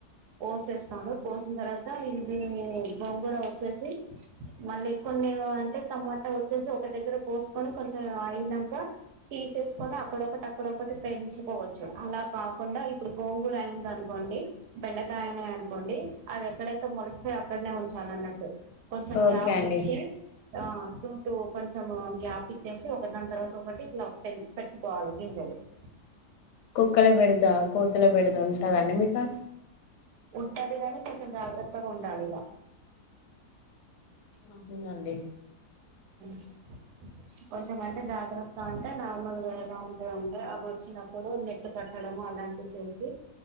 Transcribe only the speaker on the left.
ఓకే
అండి
కుక్కల బేడద కోతుల బేడద ఉంటదండి మీ కాడ
అవునండి